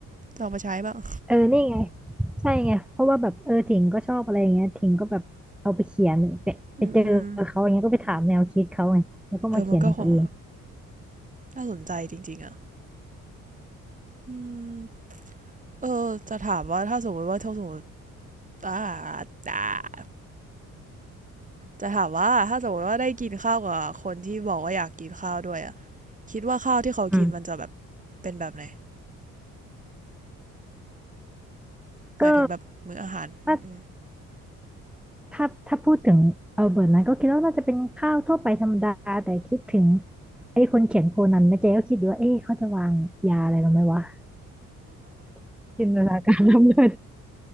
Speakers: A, on the right; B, in the centre.
A: ลองมาใช้บ้าง
B: เออนี่ไงใช่ไง เพราะว่าแบบเออถิงก็ชอบอะไรอย่างเงี้ยถิงก็แบบเอาไปเขียนไปไปเจอเขาอย่างเงี้ยก็ไปถามแนวคิดเขาไงแล้วก็มาเขียนของตัวเอง
A: อืมเออมันก็คงน่าสนใจจริงๆอะอืมเออจะถามว่าถ้าสมมติว่าถ้าสมมติอ่าจะถามว่าถ้าสมมติว่าได้กินข้าวกับคนที่บอกว่าอยากกินข้าวด้วยอะคิดว่าข้าวที่เขากินมันจะแบบ
B: อืม
A: เป็นแบบไหน
B: ก็
A: หมายถึงแบบมื้ออาหารอ
B: ถ้าถ้าถ้าพูดถึงเอาเบิร์ตนะก็คิดว่าน่าจะเป็นข้าวทั่วไปธรรมดาแต่คิดถึงไอ้คนเขียนโคนันนะเจ๊ก็คิดอยู่ว่าเอ๊ะเขาจะวางยาอะไรลงไหมวะ <laughs> จินตนาการล้ำเลิศ